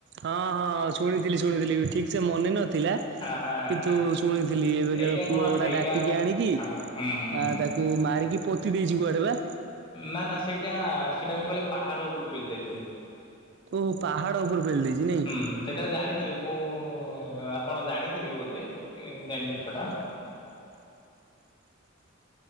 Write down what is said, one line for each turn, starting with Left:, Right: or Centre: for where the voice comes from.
Right: ହଁ ହଁ ଶୁଣିଥିଲି ଶୁଣିଥିଲି ଠିକ୍ ସେ ମନେ ନଥିଲା,
Left: ହଁ ହଁ ହଁ
Right: କିନ୍ତୁ
Left: ହଁ
Right: ଶୁଣିଥିଲି ଏବେକାର
Left: ଏଇଟା
Right: ପୁଅ
Left: କଣ
Right: ଗୋଟା
Left: ଏଇଟା
Right: ଡାକିକି ଆଣିକି
Left: ହଁ ହୁଁ ହୁଁ ହୁଁ
Right: ଆ ତା କୁ ମାରିକି ପୋତି ଦେଇଛି କୁଆଡେ ବା?
Left: ନା ନା ସେଇଟା ସେଇଟା କଣ କହିଲେ ପାହାଡ ଉପରୁ ପେଲି ଦେଇଥିଲେ।
Right: ଓ ପାହାଡ ଉପରୁ ପେଲି ଦେଇଛି ନାଇଁ?
Left: ହୁଁ ସେଇଟା ଜାଣିଥିବେ ମୁଁ ଆପଣ ଜାଣିଥିବେ ବୋଧେ ମେନ ଜିନିଷ ଟା।
Right: <unintelligible>